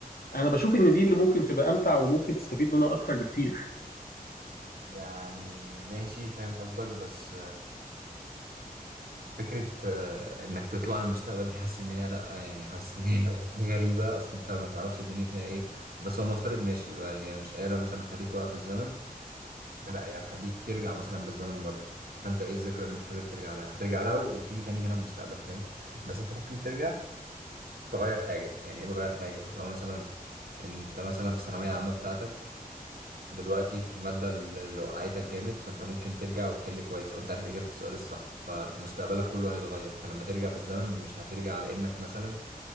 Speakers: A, on the left; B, on the right.
A: انا بشوف ان دي اللي ممكن تبقى امتع وممكن تستفيد منها اكتر بكتير
B: يعني ماشي فاهم قصدك بس فكرة آه، إنك تطلع للمستقبل دي حاسس إن هي لأ يعني حاسس إن هي <laughs> غريبة أصل أنت ما تعرفش الدنيا فيها إيه بس هو نفترض ماشي بقى هي مش آلة مثلا تخليك توقف الزمن لأ هي هتخليك ترجع مثلا بالزمن مرة فأنت إيه الذكرى اللي أنت حابب ترجع لها هترجع لها وتيجي تاني هنا المستقبل فاهم بس أنت ممكن ترجع تغير حاجة يعني إيه تغير حاجة لو مثلا أنت مثلا في الثانوية العامة بتاعتك دلوقتي في المادة اللي لو وقعتك جامد فانت ممكن ترجع وتحل كويس او انت عارف اجابة السؤال الصح فمستقبلك كله هيتغير فلما ترجع بالزمن مش هترجع على انك مثلا